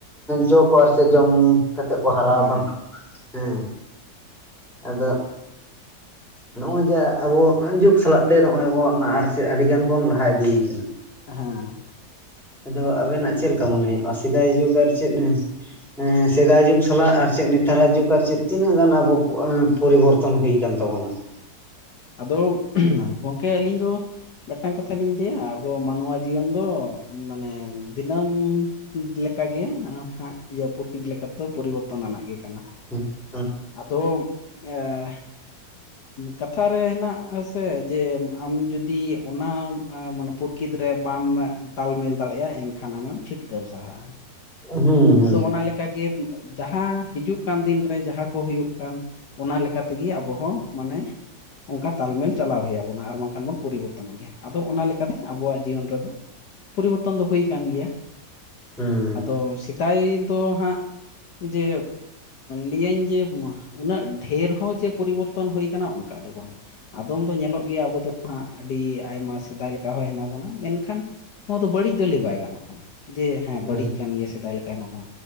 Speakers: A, in the centre; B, on the left (about 65°).
A: ᱡᱚ ᱠᱚ ᱟᱨ ᱪᱮᱫ ᱡᱚᱢ ᱠᱟᱛᱮᱜ ᱠᱚ ᱦᱟᱨᱟ
B: ᱦᱮᱸ
A: ᱟᱠᱟᱱ ᱛᱟᱵᱚᱱᱟ ᱦᱮᱸ ᱟᱫᱚ ᱱᱚᱜᱼᱚᱭ ᱡᱮ ᱟᱵᱚ ᱡᱩᱜ ᱥᱟᱞᱟᱜ ᱛᱮ ᱱᱚᱜᱼᱚᱭ ᱵᱚᱱ ᱟᱨ ᱟᱹᱰᱤ ᱜᱟᱱ ᱵᱚᱱ ᱞᱟᱦᱟ ᱤᱫᱤᱭ ᱠᱟᱱᱟ᱾
B: ᱦᱮᱸ
A: ᱟᱫᱚ ᱟᱵᱮᱱᱟᱜ ᱪᱮᱫ ᱞᱮᱠᱟ ᱢᱚᱱᱮ ᱦᱩᱭᱩᱜᱼᱟ ᱥᱮᱫᱟᱭ ᱡᱩᱜᱽ ᱟᱨ ᱪᱮᱫ ᱮᱸ ᱥᱮᱫᱟᱭ ᱡᱩᱜᱽ ᱥᱟᱞᱟᱜ ᱟᱨ ᱪᱮᱫ ᱱᱮᱛᱟᱨᱟᱜ ᱡᱩᱜᱽ ᱟᱨ ᱪᱮᱫ ᱛᱤᱱᱟᱹᱜ ᱜᱟᱱ ᱟᱵᱚ ᱯᱚᱨᱤᱵᱚᱨᱛ ᱛᱚᱱ ᱦᱩᱭ ᱟᱠᱟᱱ ᱛᱟᱵᱚᱱᱟ ᱾
B: ᱟᱫᱚ ᱜᱚᱝᱠᱮ ᱟᱹᱞᱤᱧ ᱫᱚ ᱢᱤᱫᱴᱟᱝ ᱠᱟᱛᱷᱟ ᱞᱤᱧ ᱞᱟᱹᱭᱟ ᱟᱵᱚ ᱢᱟᱱᱣᱟ ᱡᱤᱭᱚᱱ ᱫᱚ ᱢᱟᱱᱮ ᱫᱤᱱᱟᱹᱢ ᱞᱮᱠᱟᱜᱮ ᱦᱟᱸᱜ ᱤᱭᱟᱹ ᱯᱨᱚᱠᱤᱛ ᱞᱮᱠᱟᱛᱮᱫᱚ ᱯᱚᱨᱤᱵᱚᱨᱛᱚᱱ ᱟᱱᱟᱜ ᱜᱮ ᱠᱟᱱᱟ ᱾
A: ᱦᱩᱸ ᱾
B: ᱟᱫᱚ ᱮᱸ ᱠᱟᱛᱷᱟ ᱨᱮ ᱦᱮᱱᱟᱜ ᱟᱥᱮ ᱡᱮ ᱟᱢ ᱡᱩᱫᱤ ᱚᱱᱟ ᱮ ᱢᱟᱱᱮ ᱯᱨᱚᱠᱤᱛ ᱨᱮ ᱵᱟᱢ ᱛᱟᱞᱢᱮᱞ ᱫᱟᱲᱮᱭᱟᱜᱼᱟ ᱮᱱᱠᱷᱟᱱ ᱟᱢᱮᱢ ᱪᱷᱤᱴᱠᱟᱹᱨ ᱥᱟᱦᱟᱜᱼᱟ ᱾
A: ᱦᱩᱸ ᱾
B: ᱟᱫᱚ ᱚᱱᱟ ᱞᱮᱠᱟᱜᱮ ᱡᱟᱦᱟᱸ ᱦᱤᱡᱩᱜ ᱠᱟᱱ ᱫᱤᱱᱨᱮ ᱡᱟᱦᱟᱸ ᱠᱚ ᱦᱩᱭᱩᱜ ᱠᱟᱱ ᱚᱱᱟ ᱞᱮᱠᱟ ᱛᱮᱜᱮ ᱟᱵᱚ ᱦᱚᱸ ᱢᱟᱱᱮ ᱚᱝᱠᱟ ᱛᱟᱞᱢᱮᱞ ᱪᱟᱞᱟᱣ ᱦᱩᱭ ᱟᱵᱚᱱᱟ ᱟᱨ ᱵᱟᱝᱠᱷᱟᱱ ᱵᱚᱱ ᱯᱚᱨᱤᱵᱚ ᱛᱚᱱᱚᱜ ᱜᱮᱭᱟ, ᱟᱫᱚ ᱚᱱᱟ ᱞᱮᱠᱟᱛᱮ ᱟᱵᱚᱣᱟᱜ ᱡᱤᱭᱚᱱ ᱨᱮᱫᱚ ᱯᱚᱨᱤᱵᱚᱨᱛᱚᱱ ᱫᱚ ᱦᱩᱭ ᱠᱟᱱ ᱜᱮᱭᱟ ᱾
A: ᱦᱩᱸ
B: ᱟᱫᱚ ᱥᱮᱫᱟᱭ ᱫᱚ ᱦᱟᱸᱜ ᱡᱮ ᱞᱮᱭᱟᱹᱧ ᱡᱮ ᱢᱟᱦ ᱩᱱᱟᱹᱜ ᱰᱷᱮᱨ ᱦᱚᱸ ᱡᱮ ᱯᱚᱨᱤᱵᱚᱨᱛᱚᱱ ᱦᱩᱭ ᱠᱟᱱᱟ ᱚᱝᱠᱟ ᱫᱚ ᱵᱟᱝ ᱾ ᱟᱫᱚᱢ ᱫᱚ ᱧᱮᱞᱚᱜ ᱜᱮᱭᱟ ᱟᱵᱚ ᱫᱚ ᱦᱟᱸᱜ ᱟᱹᱰᱤ ᱟᱭᱢᱟ ᱥᱮᱫᱟᱭ ᱞᱮᱠᱟ ᱦᱚᱸ ᱦᱮᱱᱟᱜ ᱵᱚᱱᱟ, ᱢᱮᱱᱠᱷᱟᱱ ᱱᱚᱣᱟ ᱫᱚ ᱵᱟᱹᱲᱤᱡ ᱫᱚ ᱞᱟᱹᱭ ᱵᱟᱭ ᱜᱟᱱᱚᱜ ᱠᱟᱱᱟ, ᱡᱮ ᱦᱮᱸ
A: ᱦᱩᱸ
B: ᱵᱟᱹᱲᱤᱡ ᱠᱟᱱ ᱜᱮᱭᱟ ᱥᱮᱫᱟᱭ ᱞᱮ ᱛᱟᱦᱮᱸᱱᱟ ᱢᱟ